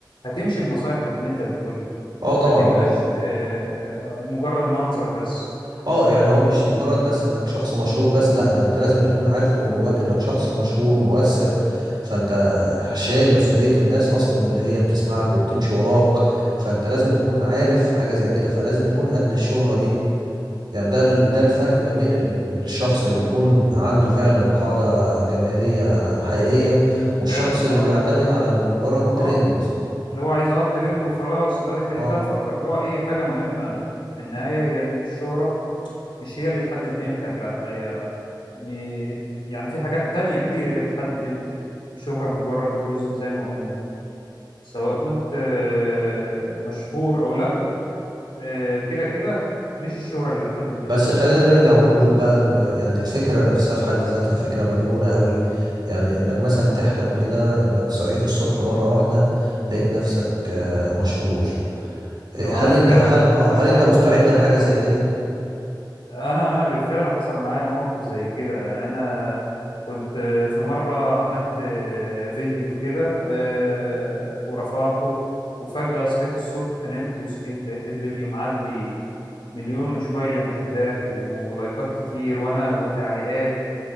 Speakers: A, on the left (about 85°); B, on the right (about 65°).
A: هتمشي بنصايحك اللي انت بتقولها
B: اه طبعا
A: ما تبقاش آه، آه، مجرد منظر بس
B: اه يعني هو مش مجرد بس انك شخص مشهور بس لا ده انت لازم تكون عارف من جواك انك شخص مشهور ومؤثر فانت شايل مسؤولية الناس اصلا اللي هي بتسمعك وبتمشي وراك فانت لازم تكون عارف حاجة زي كده فلازم تكون قد الشهرة دي يعني ده ال- ده الفرق ما بين ال- الشخص اللي بيكون عنده فعلا قاعدة جماهيرية حقيقية والشخص
A: فعلا
B: اللي
A: اه
B: بيعتمد على مجرد
A: اللي هو
B: ترند
A: اه اللي هو عايز اه الترند وخلاص ده بيخليك
B: اه
A: بقى تفكر اللي هو ايه حاجة مهمة في النهاية هي ان الشهرة مش هي اللي تحدد قيمتك لا هي م... يعني في حاجات تانية كتير هي اللي بتحدد قيمتك الشهرة مجرد جزء زي ما قلنا سواء كنت آه، مشهور أو لأ آه، كده كده مش الشهرة اللي هتحدد قيمتك
B: بس خلينا نرجع ونقول بقى ان يعني الفكره نفسها في حد ذاتها فكره مجنونه قوي يعني انك مثلا تحلم كده انك صحيت الصبح مره واحده لقيت نفسك آه، مشهور إيه،
A: لو
B: هل
A: أنا فعلا
B: انت هل
A: أنا
B: آه،
A: حصل
B: هل
A: معايا
B: انت مستعد
A: موقف
B: لحاجه زي كده
A: انا انا بالفعل حصل معايا موقف زي كده يعني انا كنت في مره عملت فيديو كده آه، ورفعته وفجاه صحيت الصبح نمت وصحيت لقيت الفيديو معدي مليون وشويه مشاهدات ولايكات كتير وانا وتعليقات